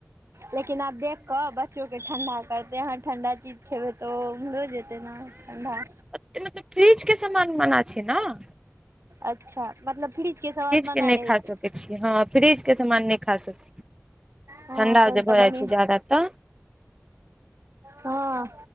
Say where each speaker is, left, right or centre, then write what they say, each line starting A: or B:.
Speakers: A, on the right (about 75°); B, on the right (about 20°).
A: लेकिन आब देख क बच्चो के ठंडा करतै, अहां ठंडा चीज खेबै त ओ उम्हरो जेत तैय नहि ठंडा।
B: अय में तऽ फ्रिज के समान मना छै नऽ।
A: अच्छा मतलब फ्रिज के समान मना
B: के नहि
A: रहै
B: खा
A: छय।
B: सकै छियै हँ फ्रिज के सामान नहि खा सकै
A: हँ
B: ठंडा
A: तहन
B: जे भऽ
A: तऽ बढ़ियां।
B: जाइ छै जादा तऽ
A: हँ